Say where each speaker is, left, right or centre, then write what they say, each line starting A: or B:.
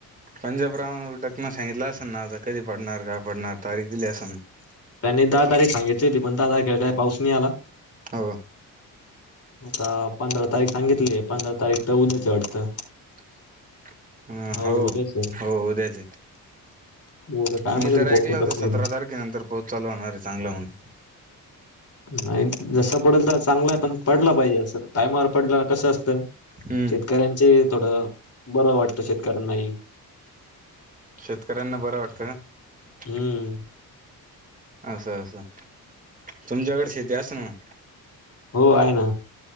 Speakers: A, on the right; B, on the left.
A: पंजाब राह टकण सांगितलं असेल ना आता कधी पडणार काय पडणार तारीख दिली असेल ना.
B: त्यांनी दहा तारीख सांगितली होती पण दहा तारखेला काय पाऊस नाही आला.
A: हो.
B: आता पंधरा तारीख सांगितले पंधरा तारीख तर उद्याची वाटतं.
A: <inaudible>
B: हो
A: हाव
B: उद्याच आहे.
A: हो उद्याचे.
B: उद्या काय माहिती
A: मी तर
B: आता
A: ऐकल
B: पाऊस येतो
A: होत
B: का
A: सतरा
B: नाही येत.
A: तारखेनंतर पाऊस चालू होणारे चांगलं म्हणून
B: नाही जस पडेल तर चांगला आहे पण पडला पाहिजे असं टायमावर पडलं कसं असतं.
A: हम्म
B: शेतकऱ्यांचे थोडं बरं वाटतं शेतकऱ्यांनाही
A: शेतकऱ्यांना बरं वाटतं का?
B: हम्म
A: असं असं तुमच्याकड शेती असल ना.
B: हो आहे ना.